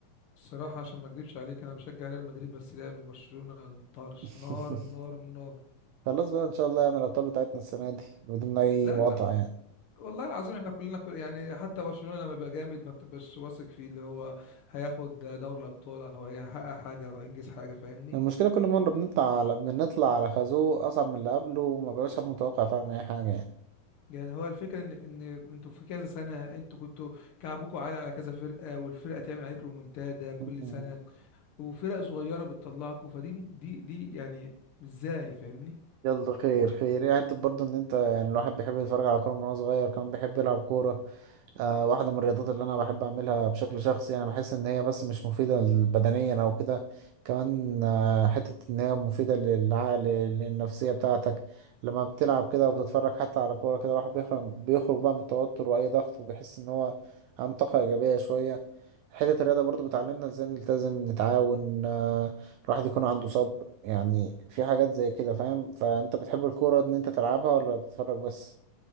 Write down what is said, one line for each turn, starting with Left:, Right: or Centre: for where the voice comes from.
Left: الصراحه عشان ما اكدبش عليك انا بشجع ريال مدريد بس لعب برشلونه طرش
Right: <laughs>
Left: نار نار نار
Right: خلاص بقى ان شاء الله يعني الابطال بتاعتنا السنة دي بدون اي
Left: لا
Right: مقاطعة
Left: لا
Right: يعني
Left: والله العظيم احنا كلنا كل يعني حتى برشلونة لما بيبقى جامد ما بتبقاش واثق فيه اللي هو هياخد دوري الابطال او هيحقق حاجة او ينجز حاجة فاهمني
Right: المشكلة كل مرة بنطلع على بنطلع على خازوق أصعب من اللي قبله وما بقاش حد متوقع فعلا أي حاجة يعني
Left: يعني هو الفكرة ان ان انتوا في كذا سنة انتوا كنتوا كعبكم عالي على كذا فرقة والفرقة تعمل عليك ريمونتادا كل
Right: مم.
Left: سنة وفرق صغيرة بتطلعكوا فدي دي دي يعني ازاي فاهمني
Right: يلا خير خير يعني انت برضه ان انت يعني الواحد بيحب يتفرج على كوره من وهو صغير كمان بيحب يلعب كوره آه واحده من الرياضات اللي انا بحب اعملها بشكل شخصي يعني بحس ان هي بس مش مفيده بدنيا او كده كمان آه حته ان هي مفيده للعقل للنفسيه بتاعتك لما بتلعب كده وبتتفرج حتى على كوره كده الواحد بيخرج بيخرج بقى من التوتر واي ضغط وبيحس ان هو عنده طاقه ايجابيه شويه حته الرياضه برضه بتعلمنا ازاي نلتزم نتعاون آه، الواحد يكون عنده صبر يعني في حاجات زي كده فاهم فانت بتحب الكورة ان انت تلعبها ولا بتتفرج بس